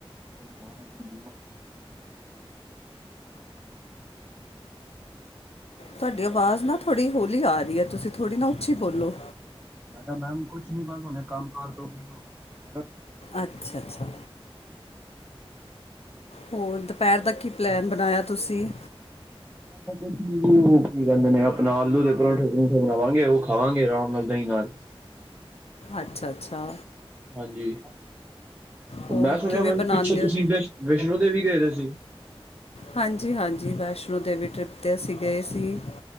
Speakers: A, on the right; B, on the left.
A: ਇਨਸਾਨ ਹੈ ਮਿਨੀਮਮ
B: ਤੁਹਾਡੀ ਆਵਾਜ਼
A: ਉਹ
B: ਨਾ ਥੋੜ੍ਹੀ ਹੌਲੀ ਆ ਰਹੀ ਤੁਸੀਂ ਥੋੜ੍ਹੀ ਨਾ ਉੱਚੀ ਬੋਲੋ
A: ਮੈਡਮ ਮੈਂ ਕੁਛ ਨੀ ਬਸ ਹੁਣੇ ਕੰਮ ਕਾਰ ਤੋਂ ਫ੍ਰੀ ਹੋਕੇ ਆਇਆ ਸੀ ਫੋਨ
B: ਅੱਛਾ
A: ਕਰਦੇ ਨਹੀਂ,
B: ਅੱਛਾ
A: ਕੀ ਕਰਦੇ?
B: ਹੋਰ ਦੁਪਹਿਰ ਦਾ ਕੀ ਪਲੈਨ ਬਣਾਇਆ ਤੁਸੀਂ
A: ਬਸ ਕੁੱਛ ਨੂੰ ਉਹ ਕੀ ਕਹਿੰਦੇ ਨੇ ਆਪਣਾ ਆਲੂ ਦੇ ਪਰੌਠੇ ਪਰੂਠੇ ਬਣਾਵਾਂਗੇ ਉਹ ਖਾਵਾਂਗੇ ਆਰਾਮ ਨਾਲ ਦਹੀਂ ਨਾਲ
B: ਅੱਛਾ ਅੱਛਾ ਅੱਛਾ
A: ਹਾਂਜੀ
B: ਹੋਰ
A: ਮੈਂ ਸੁਣਿਆ
B: ਕਿਵੇਂ
A: ਮੈਮ
B: ਬਣਾਉਂਦੇ
A: ਪਿੱਛੇ ਤੁਸੀਂ
B: ਹੋ
A: ਜਸਟ ਵੈਸ਼ਨੋ ਦੇਵੀ ਗਏ ਵੀ ਸੀ
B: ਹਾਂਜੀ ਹਾਂਜੀ ਵੈਸ਼ਨੋ ਦੇਵੀ ਟ੍ਰਿਪ 'ਤੇ ਅਸੀਂ ਗਏ ਸੀ